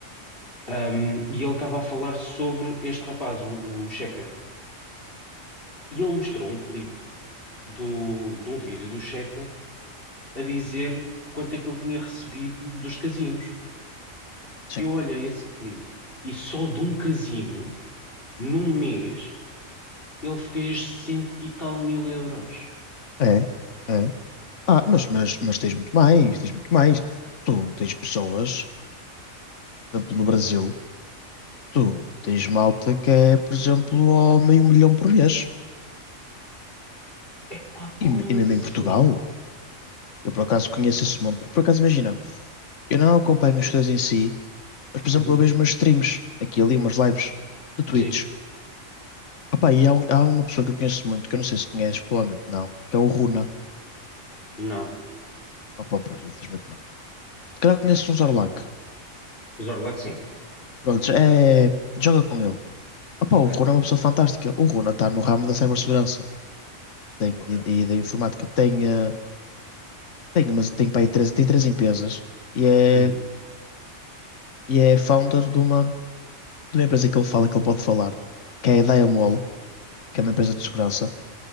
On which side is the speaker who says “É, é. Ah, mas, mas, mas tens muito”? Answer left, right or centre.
Left